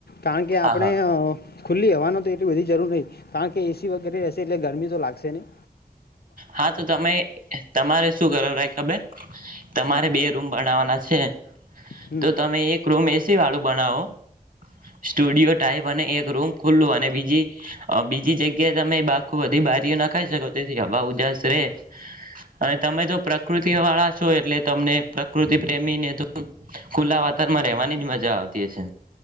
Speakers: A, on the left (about 75°); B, on the right (about 60°).
A: કારણ કે આપડણે
B: હા હા
A: ખુલ્લી હવાનું તો બધી જરૂર ન કારણ કે એસી વગેરે રહેશે એટલે ગરમી તો લાગશે નહી.
B: હા તો તમે તમારે શું કરો ભાઈ ખબર તમારે
A: હા
B: બે રૂમ બનાવાના છે.
A: હમ.
B: તો તમે એક રૂમ એસી વાળો બનાો સ્ટુડિયો ટાઈપ અને એક રૂમ ખુલ્લુ અને બીજી બીજી જગ્યા તમે બાખું બધી બારીઓ ના ખાઈ શકો છ થી હ ઉદાસ રે અને તમે જો પ્રકૃતિ વાળા છો એટલે તમને પ્રકૃતિ પ્રેમીને તો ખુલ્લા વાતરણમાં રહેવાની જ મજા આવતી હશે.